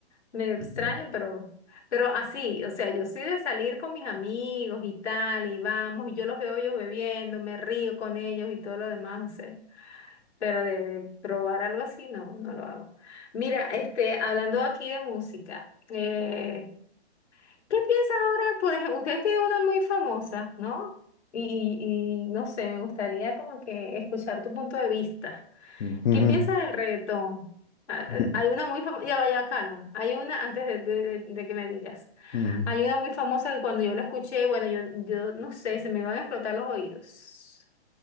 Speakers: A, on the left (about 80°); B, on the left (about 60°).
A: Medio extraño,
B: Mm,
A: pero, pero así, o sea, yo soy de salir con mis amigos y tal, y vamos, y yo los veo ellos bebiendo, me río con ellos y todo lo demás, o sea. Pero de, de probar algo así, no, no lo hago. Mira, este, hablando aquí de música, eh, ¿Qué piensas ahora? Pues ustedes tienen una muy famosa, ¿no? Y, y- y no sé, me gustaría como que escuchar tu punto de vista.
B: ujú,
A: ¿Qué piensas del reggaetón? Ah,
B: mm,
A: ah, Hay una muy famosa, ya vaya calma. Hay una, antes de, de- de- de que me digas,
B: ujú.
A: hay una muy famosa que cuando yo la escuché, bueno, yo, yo no sé, se me iban a explotar los oídos.